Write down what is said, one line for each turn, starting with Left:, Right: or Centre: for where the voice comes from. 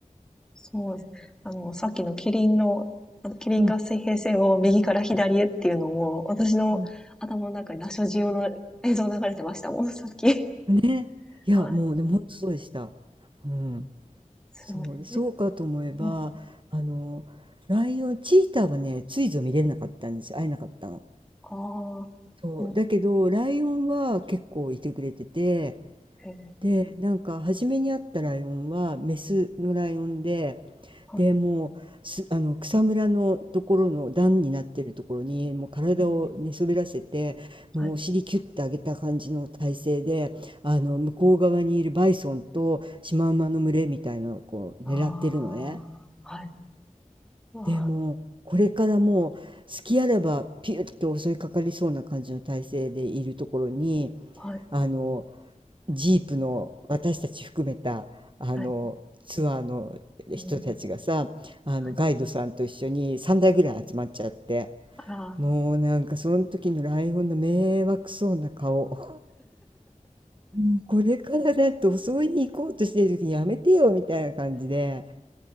Centre: そうですね。あの、さっきのキリンの、あの、キリンが水平線を右から左へっていうのも、
Right: うん
Centre: 私の頭の中にラショジオの映像流れてましたもん、
Right: うん
Centre: <laughs> さっき。
Right: ね、いや、
Centre: はい。
Right: もうでもほとそうでした。うん。
Centre: すごい。
Right: そう、そうかと思えば、
Centre: え、うん。
Right: あの、ライオンチーターはね、ついぞ見れなかったんですよ。会えなかったの。
Centre: ああ、
Right: そう、
Centre: うん、
Right: だけど、ライオンは結構いてくれてて、
Centre: ええ、
Right: で、なんか初めに会ったライオンはメスのライオンで、
Centre: はい、
Right: で、もう、すあの、草むらのところの段になってるところに、もう体を寝そべらせて、
Centre: うん、
Right: もうお尻キュッて上げた感じの体勢で、
Centre: はい。
Right: あの、向こう側にいるバイソンとシマウマの群れみたいなのをこう狙ってるのね。
Centre: ああ、はい。ああ、
Right: で、もう、これからもう、隙あらばピュッと襲いかかりそうな感じの体勢でいるところに、
Centre: はい、
Right: あの、ジープの私たち含めたあのツアーの人たちがさあのガイドさんと一緒に3台ぐらい集まっちゃって
Centre: はい、うん、はい。あら、
Right: もうなんかその時のライオンの迷惑そうな顔もうこれからだって襲いに行こうとしてる時にやめてよみたいな感じで。